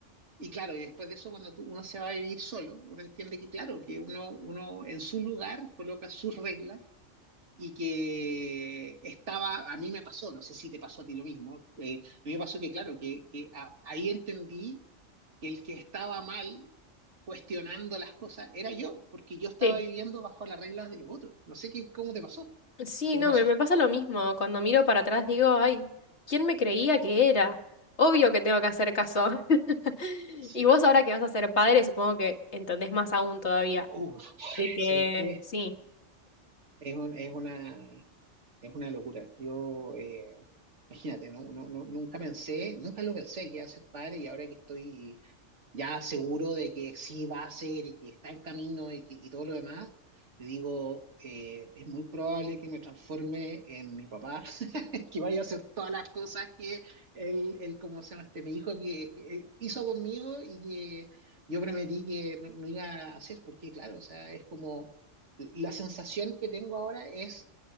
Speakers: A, on the right; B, on the left.
A: Y claro, y después de eso, cuando tú- uno se va a vivir solo, uno entiende que, claro, que uno, uno en su lugar coloca sus reglas y que estaba, a mí me pasó, no sé si te pasó a ti lo mismo, eh, a mí me pasó que claro, que, que a- ahí entendí que el que estaba mal cuestionando las cosas era yo, porque yo estaba
B: Sí.
A: viviendo bajo las reglas de los otros. No sé qué, cómo te pasó,
B: Sí,
A: qué
B: no,
A: te pasó.
B: me, me pasa lo mismo. Cuando miro para atrás digo, ay, ¿quién me creía que era? Obvio que tengo que hacer caso. <laughs>
A: Sí.
B: Y vos ahora que vas a ser padre, supongo que entendés más aún todavía.
A: Uf,
B: De que
A: ¿sabéis qué?
B: sí,
A: Es un, es una, es una locura. Yo, eh, imagínate, no, no, no- nunca pensé, nunca lo pensé que iba a ser padre y ahora que estoy ya seguro de que sí va a ser y que está en camino y, que, y todo lo demás, yo digo, eh, es muy probable que me transforme en mi papá, <laughs> que vaya a hacer todas las cosas que él, él como se llama este, mi hijo que, que hizo conmigo y que yo prometí que no, no iba a hacer, porque claro, o sea, es como la sensación que tengo ahora es,